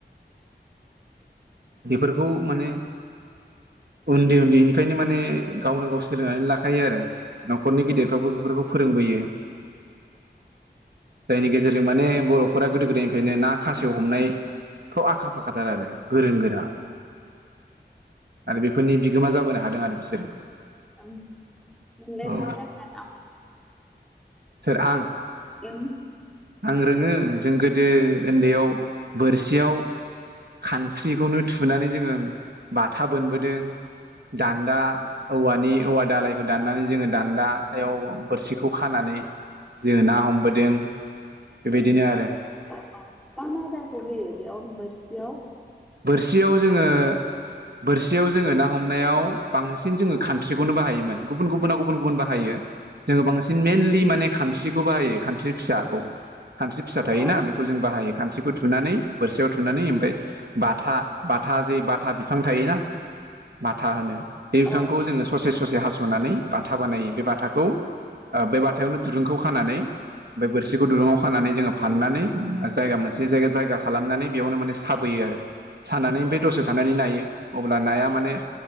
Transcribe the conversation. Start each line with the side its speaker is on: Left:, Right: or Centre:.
Right: बेफोरखौ माने उन्दै उन्दैनिफ्रायनो माने गावनो गाव सोलोंनानै लाखायो आरो। न'खरनि गिदिरफ्राबो बेफोरखौ फोरोंबोयो‌। जायनि गेजेरजों माने बर'फोरा गोदो ना खासेयाव हमनायफ्राव आखा फाखाथार आरो। गोरों गोरा आरो बेफोरनि बिगोमा जाबोनो हादों आरो बिसोरो।
Centre: ओं नोंलाय
Right: औ
Centre: रोंङो ना रोङा ना हमनो?
Right: सोर आं
Centre: उम
Right: आं रोङो जों गोदो उन्दैयाव बोरसियाव खानस्रिखौनो थुनानै जोङो बाथा बोनबोदों। दान्दा औवानि औवा दालायखौ दाननानै जोङो दान्दायाव बोरसिखौ खानानै जोङो ना हमबोदों बेबायदिनो आरो।
Centre: औ मा मा मा आदारखौ होयो बेयावनो बोरसियाव?
Right: बोरसियाव जोङो
Centre: ना
Right: बोरसियाव जोङो ना हमनायाव बांसिन जोङो खान्स्रिखौनो बाहायोमोन गुबुन गुबुना गुबुन गुबुन बाहायो। जोङो बांसिन मेइनलि माने कान्ट्रिखौ बाहायो कान स्रि फिसाखौ खानस्रि फिसा थायोना
Centre: अ
Right: बेखौ जों बाहायो कानस्रि खौ थुनानै बोरसियाव थुनानै ओमफ्राय बाथा बाथा जे बाथा बिफां थायोना बाथा होनो बे बिफांखौ
Centre: औ
Right: जोङो ससे ससे हास'नानै बाथा बानायो बे बाथाखौ ओ बे बाथायावनो दुरुंखौ खानानै ओमफ्राय बोरसिखौ दुरुङाव खानानै जोङो फाननानै जायगा मोनसे जायगा जायगा खालामनानै बेयावनो माने साबोयो आरो। साननानै ओमफ्राय दसे थानानै नायो अब्ला नाया माने